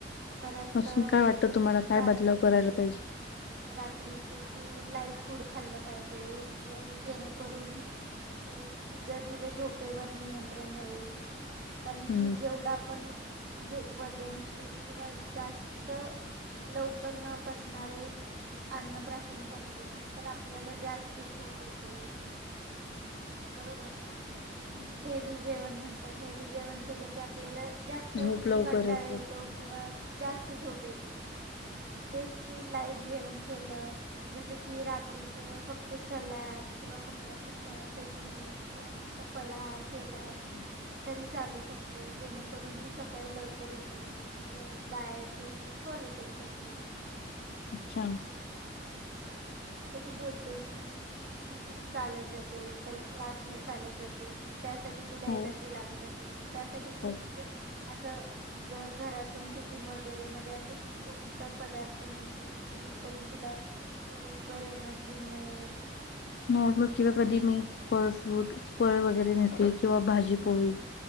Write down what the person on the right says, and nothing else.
परत
रात्रीच
रात्रीच तू लाईट फूड खाल्ल पाहिजेस जे जेणेकरून अ तुझ तुझ्या झोपेवर नियंत्रण राहील. कारण
की, जेवढ आपण म्हणजे वजनशील किंवा जास्त लवकर न पचणारे अन्नप्राशन करतो. तर आपल्याला जास्त झोप येते.
बरोबर जस
की हेवी जेवण म्हणत. हेवी जेवण केल की आपल्याला जास्त अस
कंटाळा
येतो.
किंवा जास्त झोप येते. तेच तू लाईट जेवण केल जस कि रात्रीच फक्त सलाद किंवा कुठल्या तर फळाचा ज्यूस. किंवा नुसता फलाहार केलास.
तरी चालू शकते. जेणेकरून तू सकाळी लवकर उठून तुझ डायट रुटीन फॉलो करू शकतेस.
आता तू बोलतेस की, तू इथून चालत जातेस. परत क्लासला चालत जातेस. तर त्यासाठी तुला
एनर्जी लागत असेल तर, त्यासाठी तू
म्हणजे असं घरातून टिफिन वगैरे मध्ये असे कोणता पदार्थ नेतीस जेणेकरून तुला दिवसभर एनर्जी मिळेल.